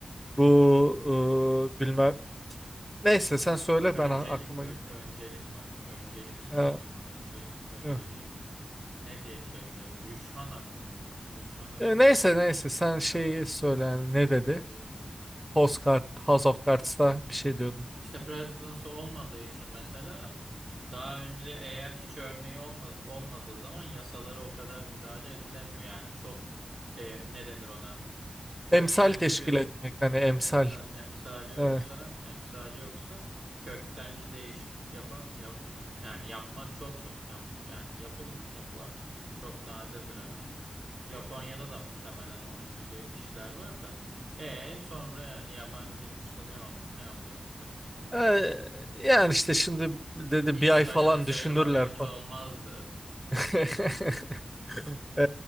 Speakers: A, in the centre; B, on the right.
A: bu e, bilmem neyse sen söyle
B: öncelik
A: ben a- aklıma
B: ön- öncelik mi acaba? Öncelik sırası
A: e,
B: mı? Önce önceliği
A: yok.
B: mi? Ne diye çeviriyor? Rüçhan hakkı mı? Yok. Rüçhan hakkı
A: E, neyse
B: ne ya?
A: neyse sen şeyi
B: Evet.
A: söyle yani ne dedi?
B: Ne diyordum?
A: House Card- House of Cards'ta bir şey diyordum.
B: İşte presidency olmadığı için mesela daha önce eğer hiç örneği olma, olmadığı zaman yasalara o kadar müdahale edilemiyor. Yani çok e, ne denir ona? Köktenci
A: Emsal teşkil
B: bir
A: etmek hani emsal.
B: evet emsal emsali yoksa
A: Ee,
B: emsali yoksa köktenci değişiklik yapa ya- yani yapmak çok zor. Yap, yani yapılmıyor, yapılamıyor yani. Çok nadirdir herhalde. Japonya'da da muhtemelen onun gibi işler var da. E sonra yani yabancıymış da ne ol ne oluyormuş yabancı olunca?
A: e, yani işte şimdi dedi
B: Hiç
A: bir
B: söylemeseydim
A: ay falan düşünürler
B: haberiniz
A: falan.
B: olmazdı.
A: <laughs>
B: Biz. Ee,
A: Ee,